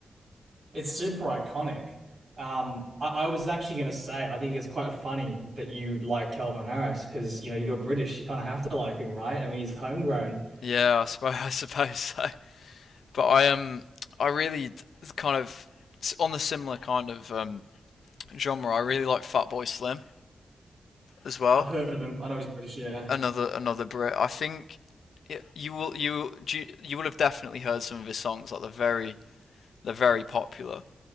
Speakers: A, on the right; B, on the left.
A: It's super iconic. Um, I, I was actually gonna say, I think it's quite funny that you like Calvin Harris because you know you're British, you kind of have to like him, right? I mean, he's homegrown.
B: Yeah, I suppose <laughs> I suppose so. But I um I really kind of on the similar kind of um, genre. I really like Fatboy Slim as well.
A: I've heard of him. I know he's British. Yeah.
B: Another another Brit. I think y you will you you, you will have definitely heard some of his songs. Like they're very they're very popular.